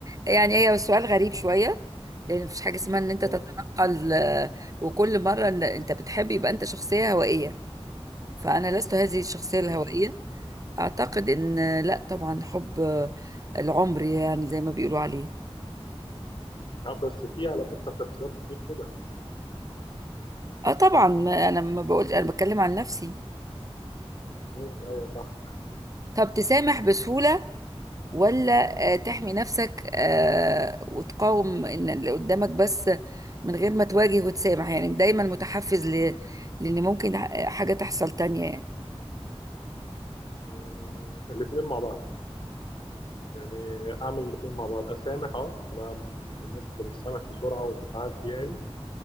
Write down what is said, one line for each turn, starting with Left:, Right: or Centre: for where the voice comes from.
Right: يعني هي سؤال غريب شوية لأن مفيش حاجة اسمها إن أنت
Left: مم.
Right: تتنقل آه، وكل مرة إن أنت بتحب يبقى أنت شخصية هوائية فأنا لست هذه الشخصية الهوائية
Left: آه.
Right: أعتقد إن آه، لا طبعا حب آه، العمر يعني زي ما بيقولوا عليه
Left: آه، بس في على فكرة شخصيات كتير كده
Right: أه طبعا ما- أنا ما بقولش أنا بتكلم عن نفسي
Left: مم. أيوه صح
Right: طب تسامح بسهولة ولا آه، تحمي نفسك آه، وتقاوم ان اللي قدامك بس من غير ما تواجه وتسامح يعني دايما متحفز ل... لان ممكن ح- حاجة تحصل تانية يعني
Left: مم. الاتنين مع بعض يعني أعمل الاتنين مع بعض أسامح أه أنا من الناس اللي بتسامح بسرعة وبتعدي يعني